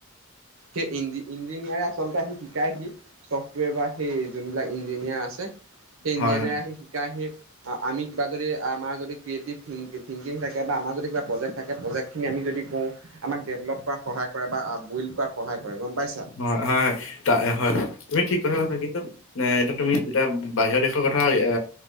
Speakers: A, on the right; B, on the left.
A: সেই ইঞ্জি ইঞ্জিনিয়াৰে আচলতে আহি শিকাইহি। চফ্টৱেৰ বা সেই যোনবিলাক ইঞ্জিনিয়াৰ আছে সেই ইঞ্জিনিয়াৰ
B: হয়, হয়।
A: আহি শিকাই আহি। আমি কিবা যদি আমাৰ যদি ক্ৰিয়েটিভং থিংকিং থাকে বা আমাৰ যদি কিবা প্ৰজেক্ট থাকে প্ৰজেক্টখিনি আমি যদি কওঁ আমাক ডেভলপ কৰাত সহায় কৰে বা বইল্ড কৰাত সহায় কৰে গম পাইছা।
B: হয়, হয়, হয়, হয় তুমি ঠিক কথা কৈছা কিন্তু এইটো তুমি যেতিয়া বাহিৰৰ দেশৰ কথা এ